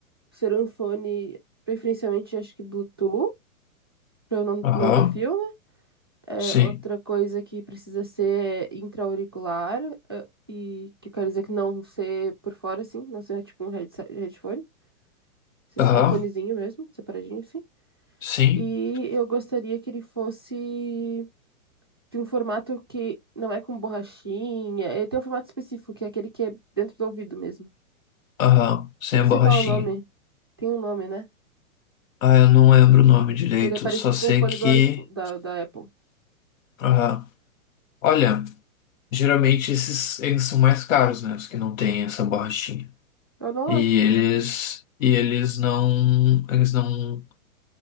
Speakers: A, on the right; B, on the left.
A: ser um fone, preferencialmente, acho que Bluetooth, para eu não,
B: aham,
A: não ter fio. É,
B: sim,
A: outra coisa que precisa ser intra-auricular, eh, e que eu quero dizer que não ser por fora, assim, não ser tipo um headse- headphone, ser
B: aham,
A: só o fonezinho mesmo, separadinho, assim.
B: sim,
A: E eu gostaria que ele fosse de um formato que não é com borrachinha, ele tem um formato específico, que é aquele que é dentro do ouvido mesmo.
B: aham, sem
A: Eu não
B: a
A: sei
B: borrachinha.
A: qual é o nome, tem um nome, né?
B: Ah, eu não lembro o nome direito,
A: Que ele é parecido
B: só sei
A: com o fone
B: que.
A: do iPhone, da, da Apple.
B: Aham. Olha, geralmente esses eles são mais caros, né? Os que não têm essa borrachinha.
A: Eu não
B: E
A: acho.
B: eles. E eles não. Eles não.